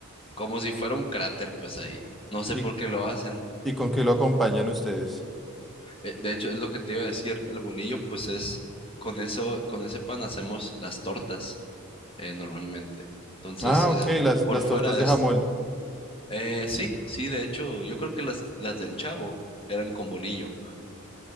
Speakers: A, on the left; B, in the centre.
A: como si fuera un cráter, pues ahí. No sé
B: ¿Y,
A: por
B: cu-
A: qué lo hacen.
B: y con qué lo acompañan ustedes?
A: Eh, De hecho, es lo que te iba a decir, el bolillo, pues es, con eso, con ese pan hacemos las tortas. eh, normalmente. Entonces,
B: Ah,
A: es-
B: ok, las,
A: por
B: las
A: fuera
B: tortas de
A: es...
B: jamón.
A: eh, sí, sí, de hecho, yo creo que las, las del Chavo eran con bolillo.